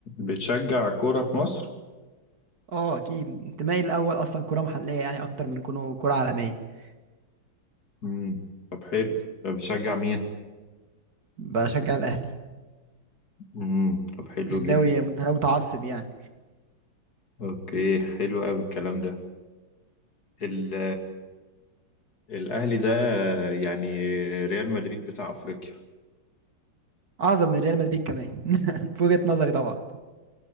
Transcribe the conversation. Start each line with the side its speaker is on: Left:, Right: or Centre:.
Left: بتشجع كورة في مصر؟
Right: اه اكيد انتمائي الاول اصلا كره محليه يعني اكتر من كونه كره عالميه
Left: مم. طب حلو طب بتشجع مين؟
Right: بشجع الاهلي
Left: مم. طب حلو
Right: اهلاوي
Left: جدا
Right: مت- متعصب يعني
Left: اوكي حلو قوي الكلام ده ال الأهلي ده يعني ريال مدريد بتاع أفريقيا
Right: اعظم من ريال مدريد كمان <laughs> في وجهه نظري طبعا